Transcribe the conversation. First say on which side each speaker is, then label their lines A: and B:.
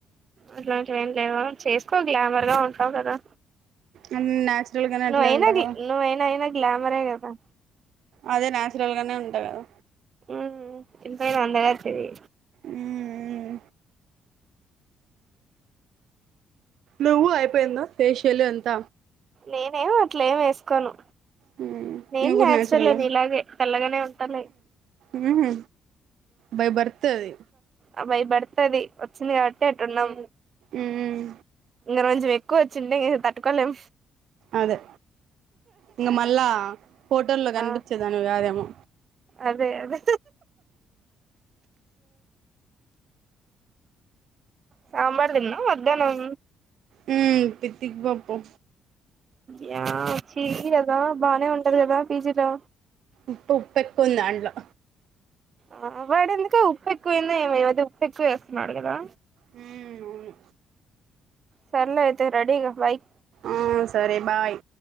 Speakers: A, on the right; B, on the right.
A: అట్లాంటివి ఏం లేవా చేసుకో గ్లామర్ గా ఉంటావు కదా
B: అన్ని న్యాచురల్ గానే అట్లే
A: నువైనా
B: ఉంటా
A: గ్
B: కదా
A: నువైనా అయినా గ్లామరే కదా
B: అదే నచురల్ గానే ఉంటా కదా
A: మ్ హు ఎంతైనా అందేగత్తిది.
B: ఉమ్ నువ్వు అయిపోయింద ఫేషియల్ అంత
A: నేను అట్లేం వేసుకోను
B: నువ్వు
A: నేను
B: కూడా
A: న్యాచురలే
B: నాచురలా
A: నీ లాగే తెల్లగనే ఉంటాంలే.
B: మ్ హు బై బర్త్ అది.
A: ఆ బై బర్త్ అది వచ్చింది కాబట్టి అట్టున్నాం
B: మ్మ్
A: ఇంగ రొంచెం ఎక్ ఎక్కువొచ్చింటే ఇంగ తట్టుకోలేం.
B: అదే ఇంగ మళ్ళా ఫోటోల్లో కనిపిచ్చేదానివి
A: ఆ
B: కాదేమో
A: అదే అదే సాంబార్ తిన్నా మధ్యాహ్నం
B: మ్మ్ తిక్తిక్ పప్పు
A: యా చెయ్యి కదా బానే ఉంటది కదా పీజీలో
B: ఉత్త ఉప్పెక్కువుంది దాంట్లో
A: ఆ వాడేందుకో ఉప్పెక్కువైందో ఏమో ఈ మధ్య ఉప్పెక్కువెస్తున్నాడు గదా
B: మ్మ్మ్ అవును
A: సర్లే అయితే రెడీగా బైయ్
B: ఆ సరే బాయ్.